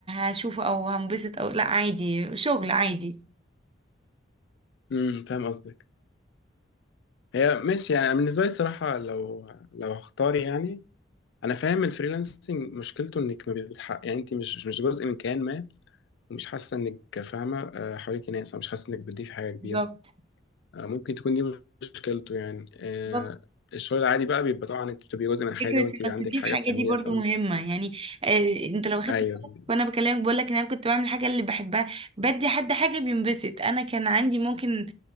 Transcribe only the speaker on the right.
هشوفه او هنبسط او لا عادي شغل عادي
بالظبط
بالظبط
فكره
انك
تضيف
حاجه
دي برضو
مهمه يعني آه، انت لو خدت
بالك
وانا بكلمك بقول لك ان انا كنت بعمل حاجه اللي بحبها بدي حد حاجه بينبسط انا كان عندي ممكن